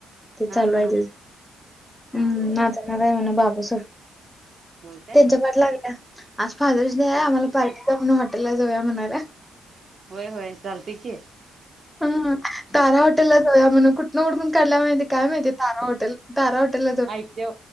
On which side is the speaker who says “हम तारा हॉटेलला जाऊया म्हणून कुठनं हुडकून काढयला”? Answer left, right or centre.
Centre